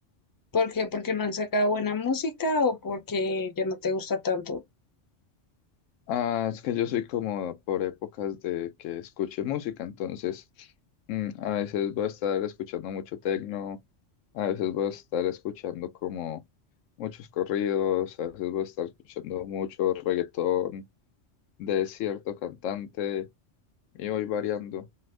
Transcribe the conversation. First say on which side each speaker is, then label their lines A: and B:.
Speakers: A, on the left; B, on the left.
A: ¿Por qué? ¿Porque no han sacado buena música o porque ya no te gusta tanto?
B: Ah, es que yo soy como por épocas de que escuche música, entonces mm, a veces voy a estar escuchando mucho tecno, a veces voy a estar escuchando como muchos corridos, a veces voy a estar escuchando mucho reggaetón de cierto cantante y voy variando. O